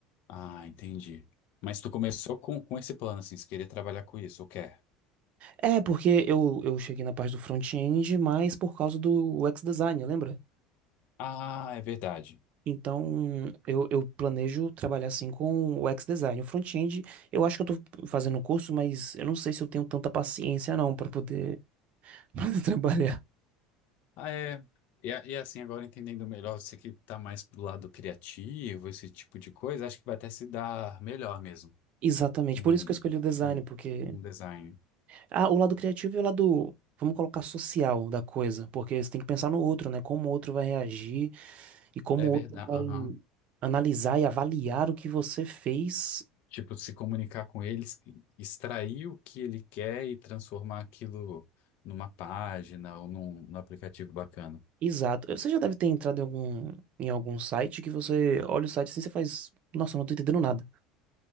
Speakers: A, on the left (about 60°); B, on the right (about 50°).
A: Ah, entendi. Mas tu começou com, com esse plano, assim, se querer trabalhar com isso, ou quer?
B: É, porque eu, eu cheguei na parte do front-end, mas por causa do UX design, lembra?
A: Ah, é verdade.
B: Então, eu, eu planejo trabalhar assim com o UX design. O front-end, eu acho que eu tô fazendo o curso, mas eu não sei se eu tenho tanta paciência não pra poder, <laughs> pra poder trabalhar.
A: Ah, é. E, a- e assim, agora entendendo melhor, você que tá mais pro lado criativo, esse tipo de coisa, acho que vai até se dar melhor mesmo.
B: Exatamente,
A: Um,
B: por isso que eu escolhi o design,
A: um,
B: porque
A: um design.
B: ah, o lado criativo e o lado, vamos colocar social da coisa, porque você tem que pensar no outro, né? Como o outro vai reagir e como
A: É
B: o
A: verdade.
B: outro vai
A: Aham.
B: analisar e avaliar o que você fez
A: Tipo, se comunicar com eles, extrair o que ele quer e transformar aquilo numa página ou num, num aplicativo bacana.
B: Exato. Você já deve ter entrado em algum, em algum site que você olha o site assim e você faz. Nossa, eu não tô entendendo nada.